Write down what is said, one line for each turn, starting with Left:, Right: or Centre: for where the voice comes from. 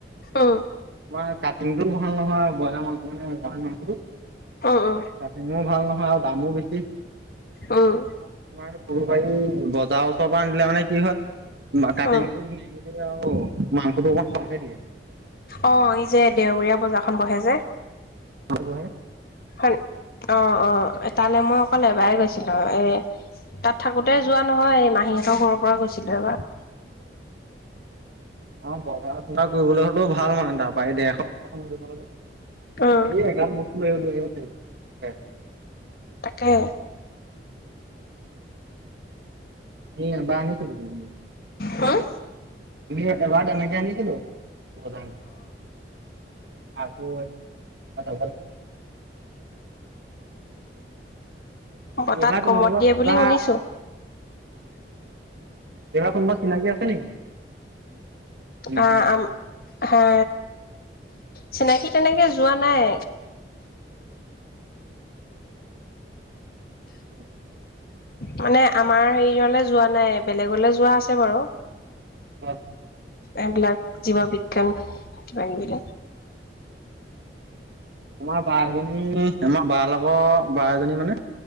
Left: উম।
Right: তোমাৰ কাটিং টো ভাল নহয়, ব্ৰইলাৰ মাংস মানে গাহৰ মাংসটো।
Left: উম, উম,
Right: কাটিঙো ভাল নহয় আৰু দামো বেছি,
Left: উম,
Right: তোমাৰ ফুলবাৰী বজাৰৰ ওচৰৰ পৰা আনিলে মানে কি হয়, কাটিংটো
Left: উম।
Right: ধুনীয়াকে আও মাংসটো অকণমান সৰকে দিয়ে।
Left: অৱ এই যে দেওবৰীয়া বজাৰখন বহে যে।
Right: <unintelligible>
Left: হয়নি, অৱ অৱ তালৈ মই অকল এবাৰে গৈছিলো এ তাত থাকোতে যোৱা নহয় মাহীঁতৰ ঘৰৰ পৰা গৈছিলো এবাৰ
Right: <unintelligible> অ বজাৰ চজাৰ কৰিবলৈ হ'লেও ভাল মানে তাৰ পৰা দেৰশ ট
Left: উম,
Right: দেই গান বস্তু লৈ হলো আহিবিবা
Left: তাকে
Right: নিচ
Left: হুম
Right: নাই জিছিলো বত আকৌ হব
Left: অ বতাত
Right: এইবাৰটোো
Left: কমত
Right: ন
Left: দিয়ে বুলি
Right: এইবাৰ
Left: শুনিছো
Right: অ কা কোনোবা চিনাকি আছে নেকি এডমিচন
Left: অ
Right: লোৱা?
Left: আম হা চিনাকি তেনেকে যোৱা নাই
Right: উম
Left: মানে আমাৰ হেৰিয়লে যোৱা নাই বেলেগলৈ যোৱা আছে বাৰু
Right: ব
Left: এইবিলাক জীৱা বিজ্ঞান বিল
Right: আমাৰ বা এজনী আমাৰ ব লগৰ বা এজনী মানে